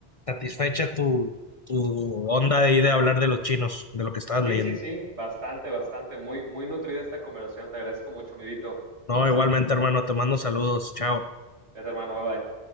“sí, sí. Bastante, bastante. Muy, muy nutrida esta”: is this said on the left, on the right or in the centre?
Right